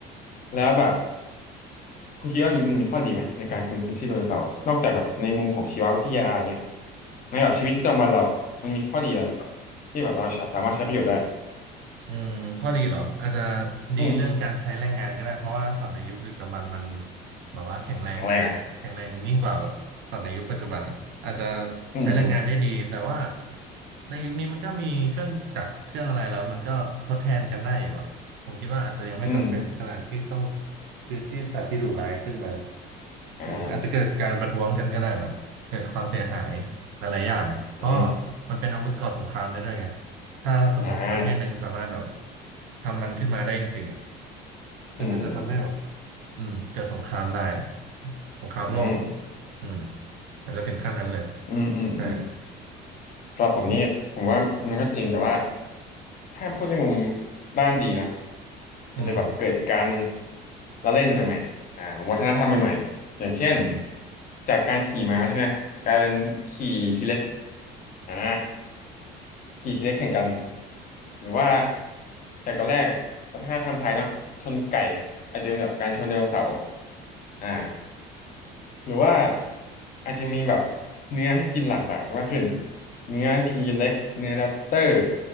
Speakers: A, on the left; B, on the right.
A: แล้วแบบ คุณคิดว่ามันมีข้อดีไหมในการฟื้นคืนชีพไดโนเสาร์นอกจากแบบในมุมของชีววิทยาอย่างเงี้ยในแบบชีวิตประจำวันเราอ่ะมันมีข้อดีอะไรไหมที่แบบเราสามารถใช้ประโยชน์ได้
B: อืมข้อดีเหรออาจจะดีเรื่องการใช้แรงงานก็ได้เพราะว่าสัตว์ในยุคดึกดำบรรพ์มัน
A: อืม
B: แบบว่าแข็งแรงมากแข็งแรงยิ่งกว่าแบบสัตว์ในยุคปัจจุบันอะอาจจะ
A: แข็งแรงอ่ะอืมอืม
B: ใช้แรงงานได้ดีแต่ว่าในยุคนี้มันก็มีเครื่องจักรเครื่องอะไรแล้วมันก็ทดแทนกันได้อยู่อะผมคิดว่าอาจจะยังไม่จำเป็นขนาดที่ต้อง
A: อืม
B: คืนชีพสัตว์ที่ดุร้ายขึ้นมา
A: อ่า
B: อืมอาจจะเกิดการประท้วงกันก็ได้แบบเกิดความเสียหายหลายๆอย่างเพราะ
A: อืม
B: มันเป็นอาวุธก่อสงครามได้ด้วยไงถ้าสมมติประเทศหนึ่งสามารถแบบ
A: อ่า
B: ทำมันขึ้นมาได้จริงๆอ่ะคือมันจะทำให้แบบ
A: อืม
B: อืมเกิดสงครามได้สงครามโลก
A: อืม
B: อืมอาจจะถึงขั้นนั้นเลย
A: อืมอืมอืมอืม
B: ใช่
A: สำหรับผมนี่ผมว่ามันก็จริงแต่ว่า
B: อืม
A: ถ้าพูดในมุมด้านดีนะ
B: อืม
A: มันจะแบบเกิดการละเล่นใหม่ๆอ่าวัฒนธรรมใหม่ๆอย่างเช่น
B: อืม
A: จากการขี่ม้าใช่ไหมกลายเป็นขี่ทีเล็กอ่าขี่ทีเล็กแข่งกันหรือว่าแต่ก่อนแรกวัฒนธรรมไทยเนาะชนไก่อาจจะเป็นแบบการชนไดโนเสาร์อ่า หรือว่าอาจจะมีแบบเนื้อให้กินหลากหลายมากขึ้นเนื้อทีเล็กเนื้อแรปเตอร์